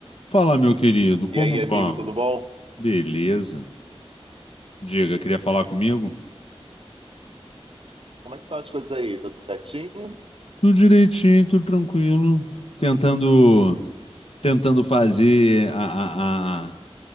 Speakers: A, on the left (about 70°); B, on the right (about 60°).
A: Fala, meu querido, como
B: E aí, amigo,
A: vamos?
B: tudo bom?
A: Beleza. Diga, queria falar comigo?
B: Como é que estão as coisas aí? Tudo certinho?
A: Tudo direitinho, tudo tranquilo. Tentando, tentando fazer a, a- a-